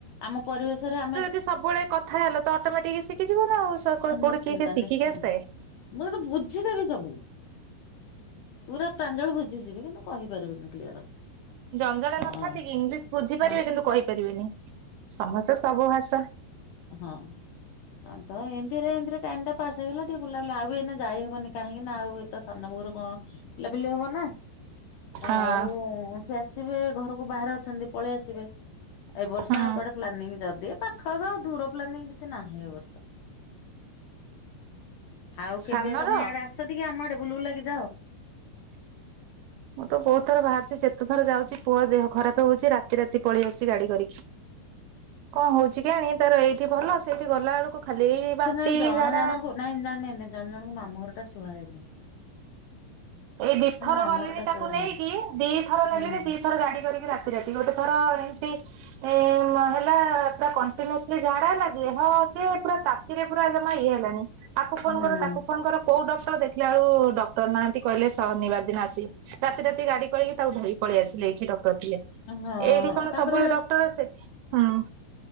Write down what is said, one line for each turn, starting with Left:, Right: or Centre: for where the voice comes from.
Left: ଆମ ପରିବେଶରେ ଆମେ
Right: ସେ ସବୁବେଳେ କଥା ହେଲା ତ ଅଟୋମେଟିକ ଶିଖିଯିବ ନା ଆଉ କୋଉଠି
Left: ନିଶ୍ଚିନ୍ତ
Right: କିଏ ସିଖିକି
Left: ନିଶ୍ଚିନ୍ତ
Right: ଆସିଥାଏ।
Left: ମୁଁ ଏତ ବୁଝିଟେବ ସବୁ ପୁରା ପ୍ରାଞ୍ଜଳ ବୁଝିଯିବି କିନ୍ତୁ କହିପାରିବିନି କ୍ଲିୟର।
Right: ଜଞ୍ଜାଣା
Left: ଅଁ
Right: ନଥାନ୍ତି
Left: ହଁ
Right: କି ଇଂଲିଶ ବୁଝିପାରିବେ
Left: ହଁ।
Right: କିନ୍ତୁ କହିପାରିବେନି। ସମସ୍ତେ ସବୁ ଭାଷା
Left: ହୁଁ ଆ ତ ଏ ତିରେ ଏମିତିରେ ଟାଇମ୍ ଟା ପାସ୍ ହେଇଗଲା ଟିଏ ବୁଲାବୁଲି ଆଉ ବି ଏଇନା ଯାଇ ହବନି କାହିଁକି ନା ଆଉ ଏତ ସାନ ବୋହୁ ର କଁ ପିଲା ପିଲି ହବ ନା ଆଉ
Right: ହଁ
Left: ସେ ଆସିବେ ଘରକୁ ବାହାରେ ଅଛନ୍ତି ପଳେଇ ଆସିବେ। ଏ ବର୍ଷ
Right: ହୁଁ
Left: ଆଉ କୁଆଡେ ପ୍ଲାନିଂ ଯଦି ଏ ପାଖ ଆଖ ଦୂର ପ୍ଲାନିଂ କିଛି ନାହିଁ ଏ ବର୍ଷ। ଆଉ କେବେ
Right: ସାନର
Left: ତମେ ଇଆଡେ ଆସ ଟିକେ ଆମ ଆଡେ ବୁଲ ବୁଲାକି ଯାଅ।
Right: ମୁଁ ତ ବହୁତ ଥର ବାହାରୁଚି ଯେତେ ଥର ଯାଉଚି ପୁଅ ଦେହ ଖରାପ ହୋଉଚି ରାତି ରାତି ପଳେଇ ଆସଚି ଗାଡି କରିକି, କଣ ହଉଛି କେଆଣି ତାର ଏଇଠି ଭଲ ସେଇଠି ଗଲା ବେଳକୁ ଖାଲି
Left: ସେ
Right: ବାନ୍ତି,
Left: ନାଇଁ ଜଣ
Right: ଝାଡା
Left: ଜଣଙ୍କୁ ନାଇଁ ନା ନାଇଁ ନାଇଁ ଜଣ ଜଣକୁ ମାମୁଁ ଘର ଟା ଶୁହାଏନି।
Right: ଏଇ ଦିଥର
Left: ମାମୁଁ
Right: ଗଲିଣି
Left: ଘର ଟା
Right: ତାକୁ
Left: ସୁହାଏନି
Right: ନେଇକି ଦିଥର
Left: ହୁଁ
Right: ନେଲିଣିି ଦିଥର ଗାଡି କରିକି ରାତି ରାତି ଗୋଟେ ଥର ଏମତି ଏଁ ମା ହେଲା ପୁରା କଣ୍ଟିନୁୟସଲି ଝାଡା ଲାଗି ହଁ ଅଛି ପୁରା ତାତିରେ ପୁରା ଜମା ଇଏ ହେଲାନି ଆକୁ ଫୋନ
Left: ହୁଁ
Right: କର ତାକୁ ଫୋନ କର କୋଉ ଡକ୍ଟର ଦେଖିଲା ବେଳ ଡକ୍ଟର ନାହା ତି କହିଲେ ଶନିବାର ଦିନ ଆସି ରାତି ରାତି ଗାଡି କରିକି ତାକୁ ଧରିକି ପଳେଇ ଆସିଲି ଏଇଠି ଡକ୍ଟର ଥିଲେ।
Left: ହଁ
Right: ଏଇଠି କଣ
Left: ତାପରେ
Right: ସବୁବେଳେ ଡକ୍ଟର ସେଠି? ହୁଁ।